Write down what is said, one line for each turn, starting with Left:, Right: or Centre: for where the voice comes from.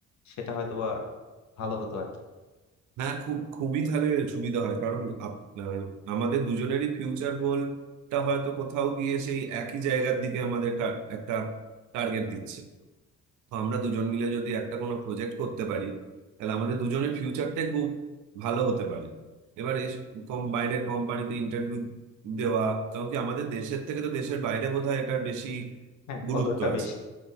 Left: সেটা হয়তো বা ভালো হতো আর কি
Right: হ্যাঁ খুব খুবই তাহলে সুবিধা হয় কারণ আপ- আহ, আমাদের দুজনেরই ফিউচার গোলটা হয়তো কোথাও গিয়ে সেই একই জায়গার দিকে আমাদের টা- একটা টার্গেট দিচ্ছে তো আমরা দুজন মিলে যদি একটা কোনো প্রজেক্ট করতে পারি তাহলে আমাদের দুজনের ফিউচারটাই খুব ভালো হতে পারে এবার এস- কম বাইরের কোম্পানিতে ইন্টারভিউ দেওয়া কারণ কি আমাদের দেশের থেকে তো দেশের বাইরে বোধহয় এটার বেশি
Left: হ্যাঁ
Right: গুরুত্ব
Left: কদরটা বেশি
Right: আছে